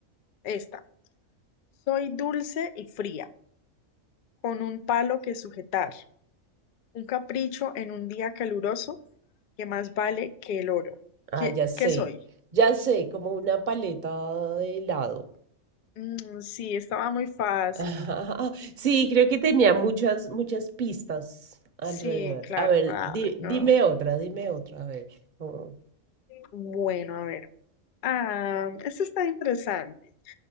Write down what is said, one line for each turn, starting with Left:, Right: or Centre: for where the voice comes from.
Left: esta. Soy dulce y fría, con un palo que sujetar. Un capricho en un día caluroso que más vale que el oro.
Right: Ah,
Left: ¿Qué,
Right: ya sé.
Left: qué soy?
Right: Ya sé, como una paleta de helado.
Left: Mm, sí, estaba muy fácil.
Right: <laughs> Sí, creo que tenía muchas, muchas pistas alrededor.
Left: Sí, claro.
Right: A ver,
Left: Ah,
Right: di-
Left: no.
Right: dime otra, dime otra. A ver. oh,
Left: Bueno, a ver. Ah, esto está interesante.